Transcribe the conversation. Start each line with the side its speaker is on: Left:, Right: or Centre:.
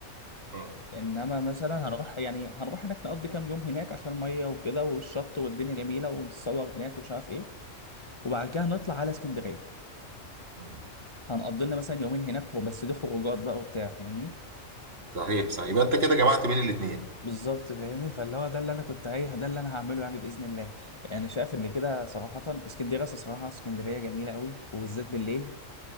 Right: مم.
Left: إنما مثلا هنروح يعني هنروح هناك نقضي كام يوم هناك عشان المية وكده والشط والدنيا جميلة ونتصور هناك ومش عارف إيه وبعد كده نطلع على اسكندرية
Right: مم.
Left: هنقضي لنا مثلا يومين هناك خو- بس دي خروجات بقى وبتاع فاهمني
Right: صحيح صحيح يبقى انت كده جمعت بين الاثنين
Left: بالظبط فاهمني فاللي هو ده اللي انا كنت عايز ده اللي انا هعمله يعني باذن الله انا شايف ان كده صراحه اسكندريه أصل صراحه اسكندريه جميله قوي وبالذات بالليل